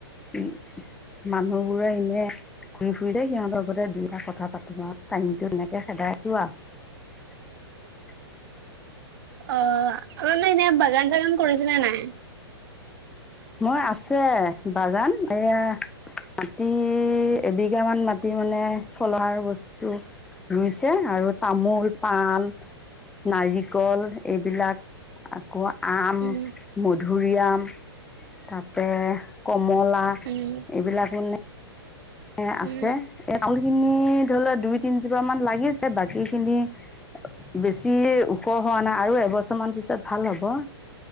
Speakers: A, in the centre; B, on the right.
A: উম মানুহবোৰে এনে ঘুৰি ফুৰিলে সিহঁতৰ লগতে দুই এটা কথা পাতো আৱ টাইমটো এনেকে খেদাইছো আৱ
B: অ মনে এনে বাগান কাম কৰিছিলে নাই?
A: মই আছে বাগান এয়া মাটি এবিঘামান মাটি মানে খলহাৰ বস্তু ৰুইছে আৰু তামোল পণ নাৰিকল এইবিলাক আহ কোৱা আম
B: উম
A: মুদ ধুৰিআম তাপে কম মলা
B: উম
A: এইবিলাক মানে এ আছে
B: উম
A: এত মোলখিনি ধৰিল দুই তিনজোপ মান লাগিছে বাকীখিনি বেছি ওখ হোৱা নাই আৰু এবছৰ মান পিছত ভাল হ'ব